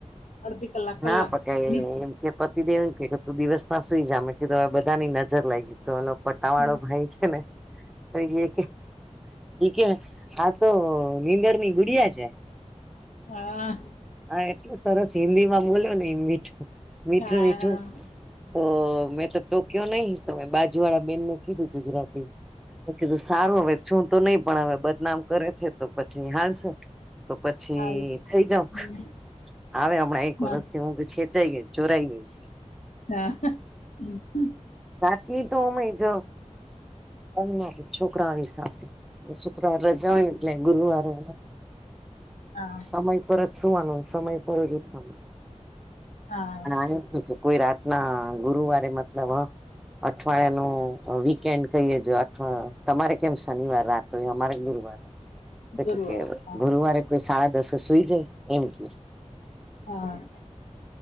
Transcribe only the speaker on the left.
અડધી કલાક કલાક
નીચ
હમ,
હા.
હા
હાલ
હમ,
હા
તા હા હમ હમ.
હા
હા
ગુરુવાર
હા
હા.